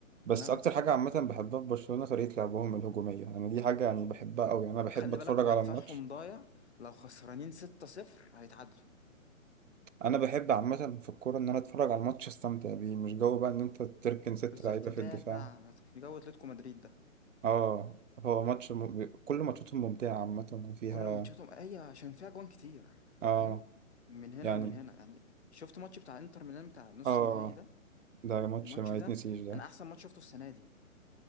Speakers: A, on the right (about 65°); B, on the left (about 50°).
A: بس
B: لا
A: أكتر
B: خ-
A: حاجة عامة بحبها في برشلونة طريقة لعبهم الهجومية أنا دي حاجة يعني بحبها أوي أنا بحب
B: خلي
A: أتفرج
B: بالك هو
A: على
B: دفاعهم
A: الماتش
B: ضايع لو خسرانين 6-0 هيتعادلوا
A: أنا بحب عامة في الكورة إن أنا أتفرج على الماتش أستمتع بيه مش جو بقى إن أنت تركن ست
B: بالظبط
A: لعيبة
B: دافع
A: في الدفاع
B: جو اتلتيكو مدريد ده
A: اه هو ماتش م... كل ماتشاتهم ممتعة عامة وفيها
B: كل ماتشاتهم هي عشان فيها جوان كتير
A: اه
B: فاهم من هنا
A: يعني
B: ومن هنا يعني شفت ماتش بتاع انتر ميلان بتاع نص
A: اه
B: النهائي ده
A: ده ماتش
B: الماتش
A: ما
B: ده
A: يتنسيش ده
B: انا احسن ماتش شفته السنه دي